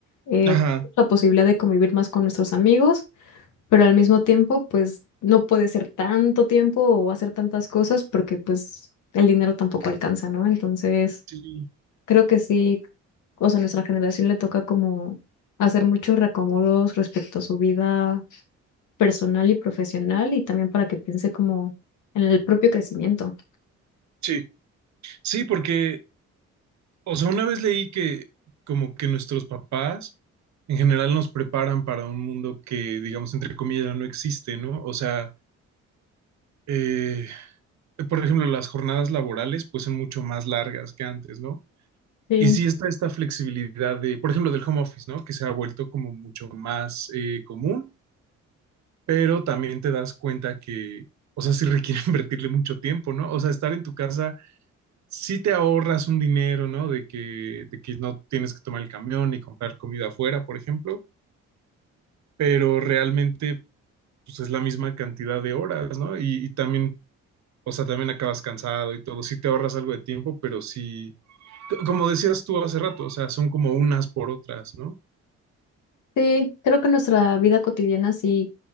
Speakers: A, on the left; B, on the right.
A: Eh,
B: ajá,
A: la posibilidad de convivir más con nuestros amigos pero al mismo tiempo, pues no puede ser tanto tiempo o hacer tantas cosas porque pues el dinero tampoco alcanza, ¿no? Entonces,
B: sí,
A: creo que sí, o sea, a nuestra generación le toca como hacer muchos reacomodos respecto a su vida personal y profesional y también para que piense como en el propio crecimiento.
B: sí, sí, porque O sea, una vez leí que como que nuestros papás en general nos preparan para un mundo que, digamos, entre comillas, no existe, ¿no? O sea, eh, por ejemplo, las jornadas laborales pues son mucho más largas que antes, ¿no?
A: Sí,
B: Y sí está esta flexibilidad de, por ejemplo, del home office, ¿no? Que se ha vuelto como mucho más eh, común, pero también te das cuenta que, o sea, sí requiere <laughs> invertirle mucho tiempo, ¿no? O sea, estar en tu casa sí te ahorras un dinero, ¿no? De que, de que no tienes que tomar el camión y comprar comida afuera, por ejemplo, pero realmente pues es la misma cantidad de horas, ¿no? Y, y también, o sea, también acabas cansado y todo, sí te ahorras algo de tiempo, pero sí, c- como decías tú hace rato, o sea, son como unas por otras, ¿no?
A: Sí, creo que nuestra vida cotidiana sí,